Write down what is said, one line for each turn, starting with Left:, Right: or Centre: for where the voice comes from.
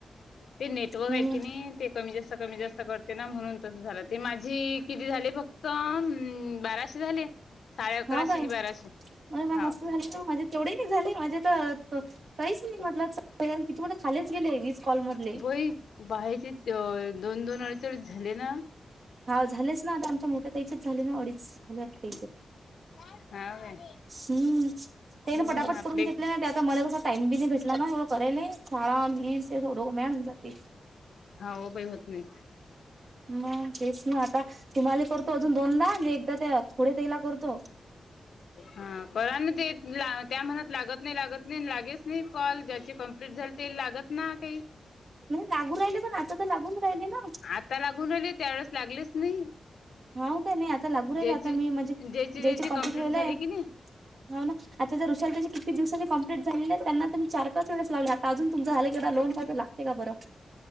Left: ते नेटवर्क
Right: हम्म
Left: आहे की नाही. ते कमी जास्त कमी जास्त करते ना म्हणून तसं झालं ते माझी किती झाले फक्त बाराशे. झाले. साडे अकराशे
Right: हा काय
Left: कि बाराशे
Right: मर मा मस्त
Left: हाव
Right: झाली मजे तेवढे नाही झाले माझे तर काहीच नाही म्हटलं स कितीठ खालीच गेले वीस कॉल मधले.
Left: बई बाहेरचे दोन दोन अडीच अडीच झाले ना.
Right: हा झालेच ना आता आमच्या मोठ्या ताईचे झाले ना अडीच झाल्यात
Left: हा काय
Right: हम्म. तेने
Left: मग
Right: पटापट
Left: आपले
Right: करून घेतले नाही ते आता मला कसा टाइम बी नाही भेटला ना एवढं करायल शाळा आणि. ते थोड मॅड होऊन जाती
Left: हा हो बाई होत नाहीत.
Right: मग तेच ना आता तुम्हाला करतो अजून दोनदा मी एकदा त्या खोडे तेईला करतो.
Left: हा करा ना ते ला त्या म्हनत त लागत नाही लागत नाही लागेच नाही कॉल ज्याची कम्प्लीट झाली ते लागत ना काही
Right: नाही लागू राहिले पण आता तर लागून राहिले ना.
Left: आता लागून राहिले त्यावेेळेस लागलेच नाही.
Right: हो का नाही आता लागू राहिल
Left: ज्याची
Right: आता मी म्हणजे
Left: ज्याची
Right: द्यायच
Left: ज्याची
Right: कम्प्लीट
Left: कंप्लीट
Right: व्हालय
Left: झाली की नाही
Right: हो ना. आता जर उुशल त्याची किती दिवसाची कं्प्ली झाली आहे त्यांना तर म् चार पाचेळेस लावले आताजून तुमं झालं क लोन पाला ते का बरं.